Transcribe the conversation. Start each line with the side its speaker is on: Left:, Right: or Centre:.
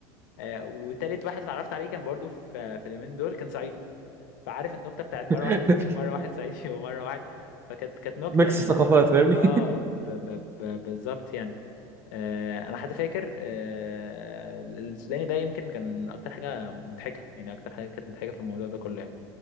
Left: آه، وتالت واحد اتعرفت عليه كان برضو في في اليومين دول كان صعيدي فعارف النكته بتاعت
Right: <laughs>
Left: مره واحد هندي ومره واحد صعيدي <laughs> ومره واحد فكانت كانت نكته
Right: ميكس
Left: يعني
Right: ثقافات
Left: أنا-
Right: فاهمني
Left: اه ب- ب- ب- بالظبط يعني آه انا حتى فاكر آه السوداني ده يمكن كان اكتر حاجه مضحكه يعني اكتر حاجه كانت مضحكه في الموضوع ده كله يعني